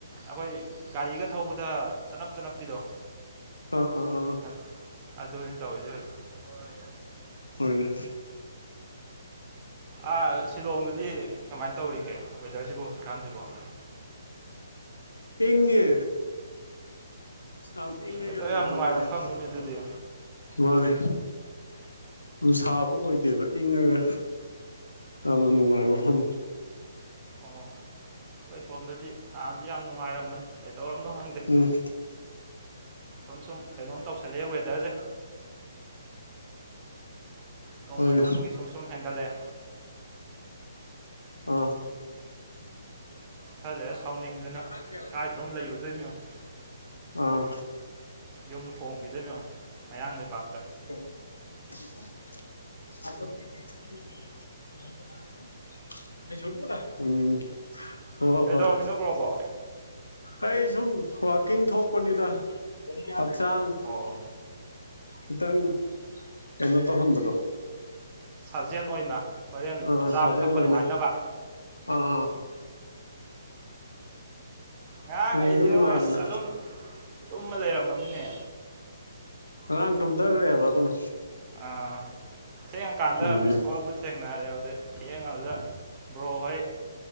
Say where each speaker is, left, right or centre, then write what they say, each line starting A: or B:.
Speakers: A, on the right; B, on the left.
A: ꯑꯩꯈꯣꯏ ꯒꯥꯔꯤꯒ ꯊꯧꯕꯗ ꯆꯅꯞ ꯆꯅꯞꯄꯤꯗꯣ꯫
B: ꯑꯥ ꯑꯥ ꯑꯥ__
A: ꯑꯥꯊ ꯑꯗꯨꯅꯤ ꯇꯧꯏꯖꯦ ꯍꯧꯖꯤꯛ꯫
B: ꯍꯣꯏꯅꯦ꯫
A: ꯑꯥ ꯁꯤꯂꯣꯡꯗꯗꯤ ꯀꯃꯥꯏ ꯇꯧꯔꯤꯒꯦ ꯋꯦꯗꯔꯖꯤꯕꯣ ꯍꯧꯖꯤꯛꯀꯥꯟꯖꯤꯕꯣ꯫ <inaudible>
B: ꯏꯪꯉꯦ꯫ ꯌꯥꯝ ꯏꯪꯉꯦ
A: ꯋꯦꯗꯔ
B: ꯌꯥꯝꯅ
A: ꯌꯥꯝ
B: ꯅꯨꯉꯥꯏꯌꯦ꯫
A: ꯅꯨꯡꯉꯥꯏꯕ ꯃꯐꯝꯅꯤꯅꯦ ꯑꯗꯨꯗꯤ
B: ꯃꯥꯅꯦ ꯌꯥꯝ ꯁꯥꯕ ꯑꯣꯏꯗꯦꯕ ꯏꯪꯉꯥꯒ꯫ ꯌꯥꯝꯅ ꯅꯨꯉꯥꯏꯕ ꯃꯐꯝꯅꯤ꯫
A: ꯎꯝ ꯑꯩꯈꯣꯏ ꯁꯣꯝꯗꯗꯤ ꯍꯥꯟꯅꯗꯤ ꯌꯥꯝ ꯅꯨꯡꯉꯥꯏꯔꯝꯕꯅꯤ ꯀꯩꯗꯧꯔꯕꯅꯣ ꯈꯪꯗꯦ꯫
B: ꯎꯝ__
A: ꯁꯨꯝ ꯁꯨꯝ ꯀꯩꯅꯣꯝ ꯇꯧꯁꯤꯟꯂꯛꯑꯦ ꯋꯦꯗꯔꯁꯦ꯫ ꯅꯣꯡꯃ
B: ꯍꯣꯏꯅꯦ
A: ꯅꯣꯡꯃꯒꯤ ꯁꯨꯝ ꯁꯨꯝ ꯍꯦꯟꯒꯠꯂꯛꯑꯦ꯫
B: ꯑꯥ__
A: ꯈ ꯂꯩꯔꯥ ꯁꯥꯎꯅꯤꯡꯗꯅ꯫
B: ꯀꯪꯗꯦꯕ
A: ꯀꯥꯏꯗꯅꯣ ꯑꯃ ꯂꯩꯔꯨꯗꯣꯏꯃꯤ ꯌꯦꯡꯉꯣ
B: ꯑꯥ
A: ꯌꯨꯝ ꯍꯣꯡꯒꯤꯗꯣꯏꯃꯦ ꯌꯦꯡꯉꯣ ꯃꯌꯥꯡ ꯂꯩꯕꯥꯛꯇ
B: <unintelligible> ꯎꯝ ꯍꯣꯏ
A: ꯀꯩꯗꯧꯔꯝꯃꯤꯅꯣ
B: ꯍꯣꯏ
A: ꯕ꯭ꯔꯣꯕꯣ
B: ꯍꯩ ꯁꯨꯝ ꯋꯥꯀꯤꯡ ꯊꯣꯛꯄꯅꯤꯗ ꯍꯛꯆꯥꯡ
A: ꯑꯣ
B: ꯈꯤꯇꯪ ꯀꯩꯅꯣ ꯇꯧꯍꯟꯕꯗꯣ
A: ꯁꯥꯖꯦꯟ ꯑꯣꯏꯅ ꯍꯣꯔꯦꯟ
B: ꯑꯥ
A: ꯆꯥꯕ
B: ꯁꯥꯖꯦꯜ
A: ꯊꯛꯄ
B: ꯑꯣꯏꯅ
A: ꯅꯨꯉꯥꯏꯅꯕ
B: ꯑꯥ
A: ꯉꯔꯥꯡ
B: ꯅꯨꯡꯁꯨ
A: ꯑꯩꯗꯤ
B: ꯅꯨꯡꯉꯥꯏꯗꯅ
A: ꯏꯕꯣ ꯑꯁ ꯑꯗꯨꯝ ꯇꯨꯝꯃ ꯂꯩꯔꯝꯃꯃꯤꯅꯦ
B: ꯑꯉꯥꯡ ꯇꯨꯝꯗꯒꯔꯦ ꯕ ꯑꯗꯨꯝ
A: ꯑꯥꯍ ꯊꯦꯡꯉꯥꯀꯥꯟꯗ
B: ꯎꯝ
A: ꯃꯤꯁꯀꯣꯜꯕꯨꯗꯤ
B: ꯎꯝ
A: ꯊꯦꯡꯅꯔꯦ ꯑꯗꯨꯗꯩ ꯊꯦꯡꯉꯕꯗꯨꯗ ꯕ꯭ꯔꯣ ꯍꯣꯏ